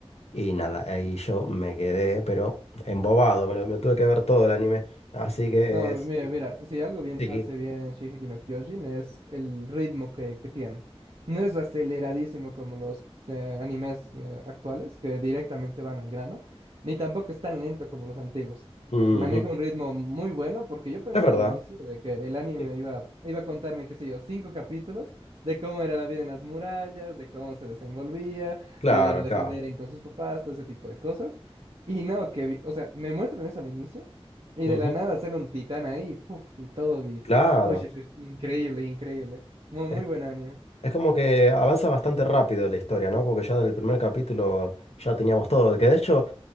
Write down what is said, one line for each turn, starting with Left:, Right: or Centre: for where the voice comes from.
Left: Y nada, ahí yo me quedé, pero embobado, me, lo- me tuve que ver todo el anime. Así que
Right: No, mira,
Left: sí,
Right: mira, si algo bien
Left: sí.
Right: hace bien Shingeki no Kyojin es el ritmo que, que tiene. No es aceleradísimo como los eh, animes eh, actuales, que directamente van al grano, ni tampoco es tan lento como los antiguos.
Left: Ujú.
Right: Maneja un ritmo muy bueno, porque yo pensé
Left: Es verdad.
Right: al inicio de que el anime
Left: Sí.
Right: iba, iba a contarme, qué sé yo, cinco capítulos de cómo era la vida en las murallas, de cómo se desenvolvía,
Left: Claro,
Right: de la relación
Left: claro.
Right: de Eren con sus papás, todo ese tipo de cosas. Y no, que, vi- o sea, me muestran eso al inicio. Y
Left: Ujú.
Right: de la nada sale un titán ahí, puff, y todo. Y...
Left: Claro.
Right: Uy, uy, uy, increíble, increíble. Muy,
Left: Es,
Right: muy buen anime.
Left: es como que avanza bastante rápido la historia, ¿no? Porque ya del primer capítulo ya teníamos todo. Que de hecho,